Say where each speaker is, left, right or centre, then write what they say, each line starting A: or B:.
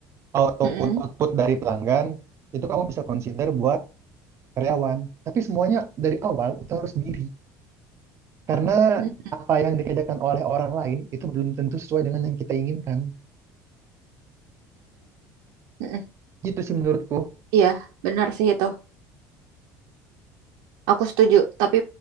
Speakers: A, on the right; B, on the right.
A: ataupun
B: mm-mm.
A: output dari pelanggan itu kamu bisa consider buat karyawan. Tapi semuanya dari awal itu harus sendiri karena
B: Mm-mm.
A: apa yang dikerjakan oleh orang lain itu belum tentu sesuai dengan yang kita inginkan.
B: Mm-mm.
A: Gitu sih menurutku.
B: Iya, benar sih itu. Aku setuju. Tapi